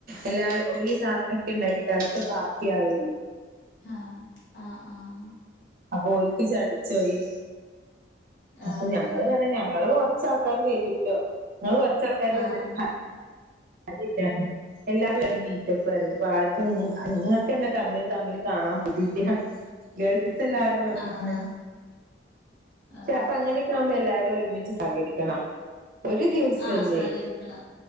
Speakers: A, on the right; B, on the left.
A: എല്ലാരും ഓല് സാധനൊക്കെണ്ടാക്കിട്ട് അതെക്കെ ബാക്കിയാവ്ണ്ട്
B: ആഹ് ആഹ്-ആഹ്
A: അപ്പൊ ഓല്ക്ക് ചടിച്ചോയി അപ്പൊ
B: ആഹ്
A: ഞങ്ങള്പറഞ്ഞാ ഞങ്ങള് കൊറച്ചാൾ ക്കാർ വരുല്ലോ ഞങ്ങള് കൊറച്ചാൾക്കാര് വന്നിട്ട്
B: ആഹ്
A: കര്യില്ല എല്ലാവരും ഇറങ്ങി സെസെക്യുറെയ്തു അപ്പാർക്കും നോ ഇങ്ങക്കെന്നെ തമ്മിൽ തമ്മിൽ കാണാൻ പൂതിയില്ല ഗേൾ സെല്ലാരും വരുംന്ന്
B: ആഹ് ആഹ്
A: ചെലപ്പങ്ങനെയെക്കാകുമ്പോ എല്ലാരും ഒരുമിച്ച് സഹകരിക്കണം ഒരു ദിവസല്ലേ
B: ആഹ് സഹകരിക്കണം